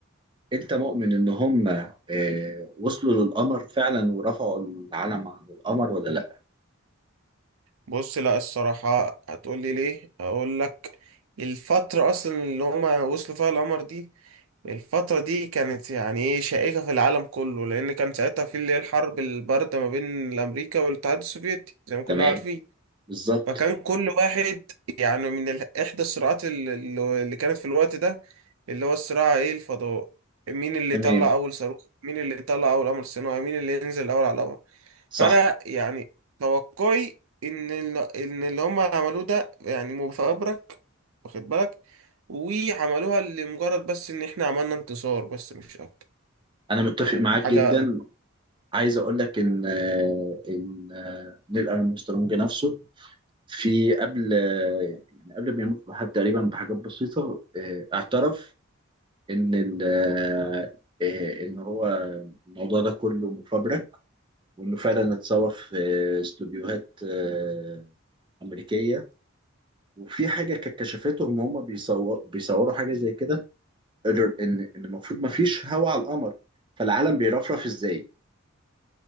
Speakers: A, on the right; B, on the right.
A: انت مؤمن ان هم آه، وصلوا للقمر فعلا ورفعوا العلم عن القمر ولا لا؟
B: بص لا الصراحة هتقولي ليه أقول لك الفترة أصلا اللي هما وصلوا فيها القمر دي الفترة دي كانت يعني إيه شائكة في العالم كله لأن كان ساعتها في اللي هي الحرب الباردة ما بين الأمريكا والاتحاد السوفيتي زي ما كلنا
A: تمام
B: عارفين
A: بالظبط
B: فكان كل واحد يعني من ال... إحدى الصراعات ال- ال- اللي كانت في الوقت ده اللي هو الصراع إيه الفضاء مين اللي
A: تمام
B: يطلع أول صاروخ مين اللي يطلع أول قمر صناعي مين اللي ينزل الأول على القمر
A: صح
B: فانا يعني توقعي ان ال- ان اللي هم عملوه ده يعني مفبرك واخد بالك وعملوها لمجرد بس ان احنا عملنا انتصار بس مش اكتر
A: انا متفق
B: يعني
A: معاك
B: حاجة
A: جدا
B: م-
A: عايز اقول لك ان آه، ان آه، نيل ارمسترونج نفسه في قبل آه، يعني قبل ما يموت بحاجة- تقريبا بحاجات بسيطه آه، اعترف ان ال- آه، آه، ان هو الموضوع ده كله مفبرك وانه فعلا اتصور في آه، استوديوهات آه، امريكيه وفي حاجه كانت كشفتهم هم بيصوروا بيصوروا حاجه زي كده ال- ان ان المفروض ما فيش هواء على القمر فالعالم بيرفرف ازاي